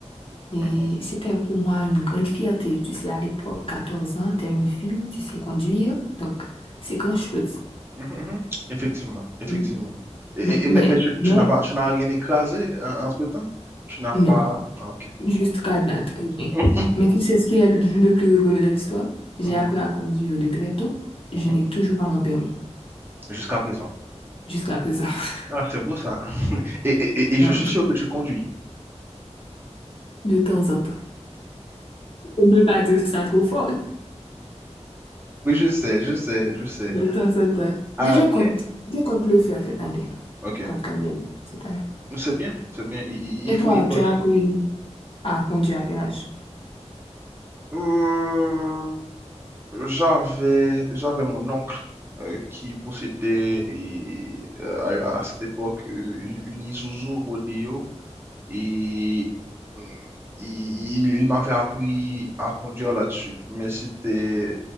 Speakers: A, on the left (about 50°); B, on the right (about 20°).
A: Et
B: mhm.
A: c'était pour moi une grande fierté. Tu sais, à l'époque, 14 ans, tu es une fille, tu sais conduire, donc c'est grand-chose.
B: Mhm, mhm. Effectivement, effectivement.
A: Mhm.
B: Et,
A: Mais,
B: et- et-
A: mais,
B: mais, mais tu,
A: mais,
B: tu n'as pas, tu n'as rien écrasé euh, entre-temps? Tu n'as
A: non,
B: pas... ah, Ok.
A: jusqu'à date. rien.
B: <laughs>
A: Mais tu sais ce qui est le plus rigolo dans l'histoire? J'ai
B: Mhm,
A: appris à conduire de très tôt. Je
B: mhm.
A: n'ai toujours pas mon permis,
B: Jusqu'à présent.
A: jusqu'à présent. <laughs>
B: Ah, c'est beau ça. <laughs> Et, et, et- et
A: Non,
B: je suis sûr que tu conduis.
A: de temps en temps. On ne peut pas dire ça trop fort,
B: Oui, je sais, je sais, je sais.
A: de temps en temps.
B: Ah,
A: Mais je
B: ok.
A: compte, je compte le faire cette année.
B: Ok.
A: Compte combien cette année.
B: C'est bien, c'est bien. Il, il-
A: Et
B: il faut
A: toi,
B: y passer.
A: tu as appris à conduire à quel âge?
B: Euh, j'avais, j'avais mon oncle euh, qui possédait et, euh, à, à cette époque euh, une, une Isuzu Rodeo Et hum, il, il m'avait appris à conduire là-dessus. Mais c'était,